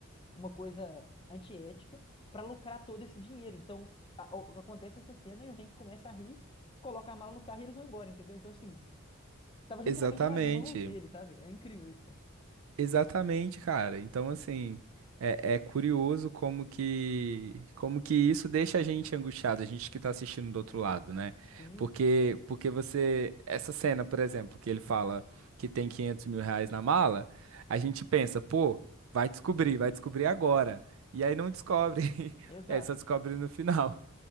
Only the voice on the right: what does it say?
exatamente.
Exatamente, cara. Então, assim, é, é curioso como que como que isso deixa a gente angustiado, a gente que tá assistindo do outro lado, né?
Porque porque você essa cena, por exemplo, que ele fala que tem 500 mil reais na mala, a gente pensa, pô, vai descobrir, vai descobrir agora. E aí não descobre, <laughs>
é só descobre no final.